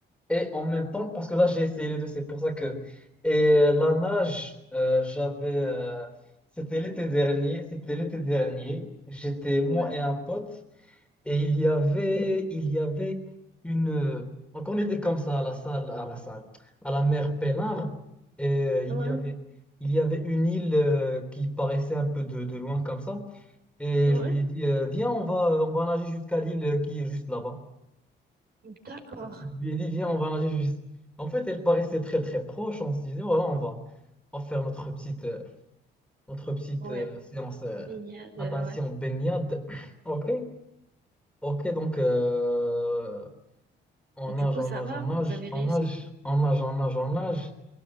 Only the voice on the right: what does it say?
Ouais,
ouais,
ouais.
D'accord.
Ouais.
Baignade, euh,
ouais.
Et du
coup,
ça
va?
Vous avez réussi?